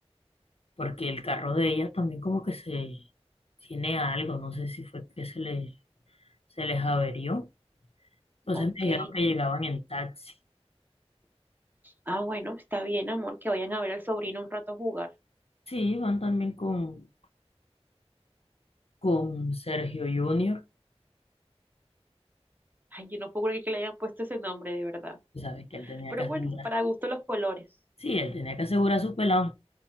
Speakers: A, on the left; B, on the right.
A: porque el carro de ellas también como que se tiene algo, no sé si fue que se le, se les averió. Entonces
B: ok.
A: me dijeron que llegaban en taxi.
B: Ah, bueno, está bien, amor, que vayan a ver al sobrino un rato jugar.
A: Sí, van también con, con Sergio Junior,
B: Ay, yo no puedo creer que le hayan puesto ese nombre, de verdad.
A: sabes que él tenía
B: Pero
A: que asegurar.
B: bueno, para gusto los colores.
A: Sí, él tenía que asegurar a su pelado.